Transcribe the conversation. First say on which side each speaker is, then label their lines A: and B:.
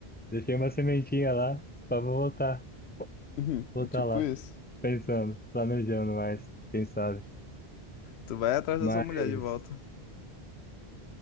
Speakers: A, on the left; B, on the left.
A: Deixei uma sementinha lá, só vou voltar,
B: Uhum,
A: voltar
B: Tipo
A: lá,
B: isso.
A: pensando, planejando mais, quem sabe.
B: Tu vai atrás
A: Mas,
B: da sua mulher de volta.